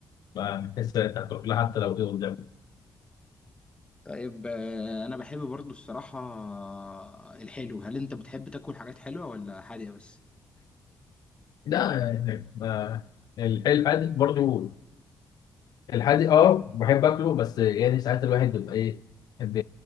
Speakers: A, on the left (about 70°); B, on the left (about 15°).
A: فبتحس انت هتروح لها حتى لو دي قدامك
B: طيب آه، انا بحب برضو الصراحة آه، الحلو هل انت بتحب تاكل حاجات حلوة ولا حادقة بس
A: لا يعني ما- الحلو الحادق برضو الحادق اه بحب اكله بس يعني ساعات الواحد بيبقى ايه بيحب